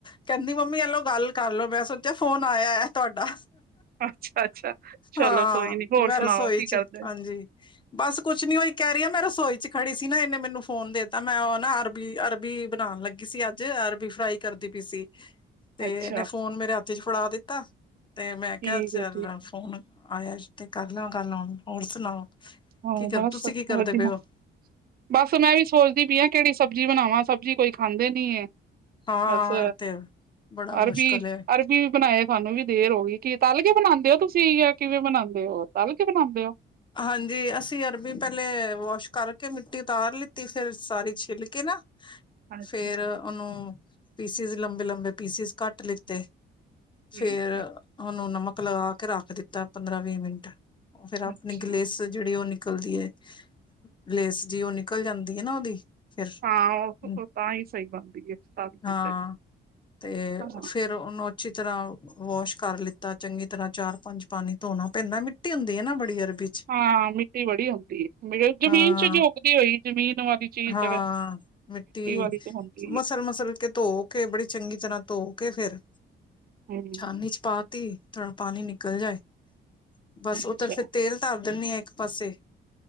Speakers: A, on the left; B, on the right.
A: ਕਹਿੰਦੀ ਮੰਮੀ ਐਲੋ ਗੱਲ ਕਰਲੋ ਮੈਂ ਸੋ ਤੇ ਫੋਨ ਆਇਆ ਹੈ। ਤੁਹਾਡਾ
B: ਅੱਛਾ ਅੱਛਾ ਚਲੋ
A: ਹਾਂ
B: ਕੋਈ ਨੀ ਹੋਰ
A: ਮੈਂ
B: ਸੁਣਾਓ
A: ਰਸੋਈ
B: ਕੀ
A: ਚ
B: ਕਰਦੇ
A: ਹਾਂਜੀ। ਬਸ ਕੁਛ ਨੀ ਓ ਈ ਕਹਿ ਰਹੀ ਆ ਮੈਂ ਰਸੋਈ ਚ ਖੜੀ ਸੀ ਨਾ, ਇਹਨੇ ਮੈਨੂੰ ਫੋਨ ਦੇਤਾ, ਮੈਂ ਉਹ ਨਾ ਅਰਬੀ ਅਰਬੀ ਬਣਾਣ ਲੱਗੀ ਸੀ, ਅੱਜ ਅਰਬੀ ਫਰਾਈ ਕਰਦੀ ਪਈ ਸੀ। ਤੇ
B: ਅੱਛਾ
A: ਇਹਨੇ ਫੋਨ ਮੇਰੇ ਹੱਥ ਚ ਫੜਾ ਦਿੱਤਾ ਤੇ ਮੈਂ
B: ਠੀਕ
A: ਕਿਹਾ ਚੱਲ
B: ਹੈ ਠੀਕ
A: ਫੋਨ। ਆਇਆ ਤੇ ਕਰ ਲ ਗੱਲ ਹੁਣ ਹੋਰ ਸੁਣਾਓ
B: ਹਾਂ
A: ਕੀ ਕਰ,
B: ਬਸ
A: ਤੁਸੀਂ
B: ਵਧੀਆ
A: ਕੀ ਕਰਦੇ ਪਏ ਹੋ।
B: ਬਸ ਮੈਂ ਵੀ ਸੋਚਦੀ ਪਈ ਹ ਕਿਹੜੀ ਸਬਜ਼ੀ ਬਣਾਵਾਂ ਸਬਜ਼ੀ ਕੋਈ ਖਾਂਦੇ ਨੀ ਹੈ।
A: ਹਾਂ
B: ਬਸ
A: ਤੇ ਬੜਾ ਮੁਸ਼ਕਿਲ
B: ਅਰਬੀ
A: ਹੈ
B: ਅਰਬੀ ਵੀ ਬਣਾਏ ਸਾਨੂੰ ਵੀ ਦੇਰ ਹੋ ਗਈ ਕਿ ਤਲ ਕੇ ਬਣਾਉਂਦੇ ਹੋ ਤੁਸੀਂ ਹੈ ਕਿਵੇਂ ਬਣਾਉਂਦੇ ਹੋ ਤਲ ਕੇ ਬਣਾਉਂਦੇ ਹੋ।
A: ਹਾਂਜੀ ਅਸੀਂ ਅਰਬੀ ਪਹਿਲੇ ਵਾਸ਼ ਕਰਕੇ ਮਿੱਟੀ ਉਤਾਰ ਲਿੱਤੀ ਫੇਿਰ ਸਾਰੀ ਛਿੱਲ ਕੇ ਨਾ <inaudible>
B: ਅੱਛਾ
A: ਫੇਰ ਉਹਨੂੰ ਪੀਸਿਸ ਲੰਬੇ ਲੰਬੇ ਪੀਸਿਸ ਕੱਟ ਲਿੱਤੇ।
B: ਠੀਕ
A: ਫੇਰ
B: ਹੈ
A: ਉਹਨੂੰ ਨਮਕ ਲਗਾ ਕੇ ਰੱਖ ਦਿੱਤਾ ਪੰਦਰਾਂ ਵੀਹ ਮਿੰਟ ਫੇਰ ਆਪਣੀ
B: ਅੱਛਾ
A: ਗਲੇਸ ਜਿਹੜੀ ਉਹ ਨਿਕਲਦੀ ਹੈ ਲੇਸ ਜੀ ਉਹ ਨਿਕਲ ਜਾਂਦੀ ਹੈ ਨਾ ਉਹਦੀ ਫਿਰ,
B: ਹਾਂ ਉਹ
A: ਹਮ
B: ਤਾਂ, ਹੀ ਸਹੀ ਬਣਦੀ, ਤਲ ਕੇ
A: ਹਾਂ
B: ਤੇ
A: ਤੇ
B: ਹਾਂ
A: ਫੇਰ ਉਹਨੂੰ ਅੱਛੀ ਤਰ੍ਹਾਂ ਵੋਸ਼ ਕਰ ਲਿੱਤਾ ਚੰਗੀ ਤਰ੍ਹਾਂ ਚਾਰ ਪੰਜ ਪਾਣੀ ਧੋਣਾ ਪੈਂਦਾ ਮਿੱਟੀ ਹੁੰਦੀ ਹੈ ਨਾ ਬੜੀ ਅਰਬੀ ਚ
B: ਹਾਂ, ਮਿੱਟੀ ਬੜੀ ਹੁੰਦੀ ਐ ਜਮੀਨ
A: ਹਾਂ
B: ਚ ਉੱਗਦੀ ਹੋਈ ਜਮੀਨ ਵਾਲੀ। ਚੀਜ਼
A: ਹਾਂ,
B: ਤੇ
A: ਮਿੱਟੀ
B: ਵਾਲੀ ਤੇ ਹੁੰਦੀ
A: ਮਸਲ
B: ਹੈ
A: ਮਸਲ ਕੇ ਧੋ ਕੇ ਬੜੀ ਚੰਗੀ ਤਰ੍ਹਾਂ ਧੋ ਕੇ ਫੇਿਰ
B: ਹਮ
A: ਛਾਨੀ ਚ ਪਾ ਤ ਥੋੜਾ ਪਾਣੀ ਨਿਕਲ ਜਾਏ ਬਸ
B: ਅੱਛਾ
A: ਓਦਰ ਫਿਰ ਤੇਲ ਧਾਰ ਦੇਨੀ ਹਾਂ ਇੱਕ ਪਾਸੇ